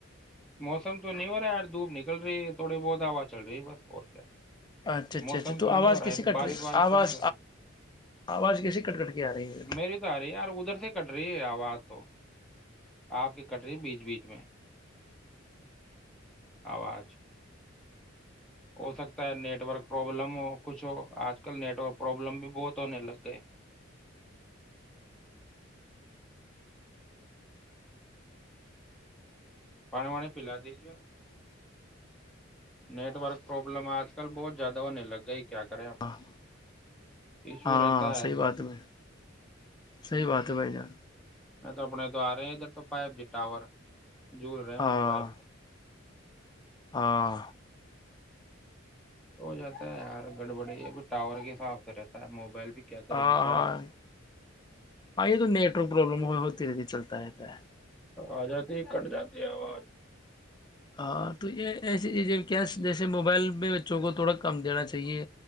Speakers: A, in the centre; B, on the left.
A: موسم تو نہیں ہو رہا ہے یار دھوپ نکل رہی ہے تھوڑی بہت ہواز چل رہی ہے بس اور کیا
B: اچھا اچھا
A: موسم
B: اچھا تو
A: نہیں
B: آواز
A: ہو رہا
B: کیسے
A: ہے
B: کٹ
A: بارش
B: رہی
A: وارش
B: آواز
A: تو نہیں ہو رہی
B: آواز کیسے کٹ کٹ کے آ رہی ہےھر
A: میری تو آ رہی ہے یار ادھر سے کٹ رہی آواز تو آپ کی کٹ رہی بیچ بیچ میں آواز ہو سکتا ہے نیٹورک پرابلم ہو کچھ ہو آج کل نیٹورک پرابلم بھی بہت ہونے لگ گئے پانی وانی پیلا دی جے نیٹ ورک پروابلم آج کل بہت زیادہ ہونے لگ گئی کیا کریں اب
B: ہاں
A: ایشو
B: ہاں
A: رہتا
B: صحیح
A: ہے
B: بات بھائی صحیح بات ہے بھائی جان
A: میں تو اپنے تو آ رہے ہیں ادھر تو فائیو جی ٹاور جول رہے ہیں
B: ہاں
A: موبائل میں
B: ہاں
A: ہو جاتا ہے یار گڑبڑی یہ بھی ٹاور کے حساب سے رہتا ہے موبائل بھی کیا کرے
B: ہاں
A: بچارا
B: ہاں ہاں یہ تو نیٹورک پرابلم ہوتی رہتی چلتا رہتا ہے
A: آ جاتی کٹ جاتی ہے آواز
B: ہاں تو یہ ایسے چی کیا جیسے موبائل میں بچوں کو تھوڑا کم دینا چاہیے